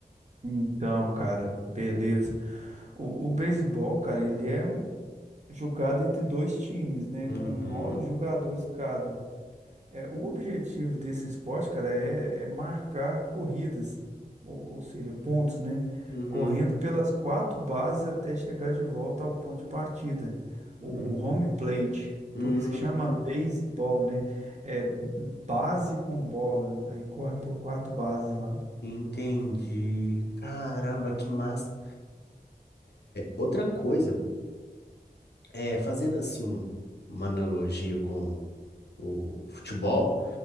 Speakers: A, on the right; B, on the left.
A: Então, cara, beleza. O, o beisebol, cara, ele é um- jogado entre dois times, né?
B: Uhum,
A: Com nove jogadores cada. É, o objetivo desse esporte, cara, é, é marcar corridas, ou, ou seja, pontos, né?
B: uhum,
A: Correndo pelas quatro bases até chegar de volta ao ponto de partida.
B: uhum.
A: O, o home plate,
B: Hum,
A: por isso que chama baseball, né? É base com bola. Aí corre por quatro bases lá.
B: entendi. Caramba, que massa. Outra coisa, É, fazendo assim um- uma analogia com o futebol,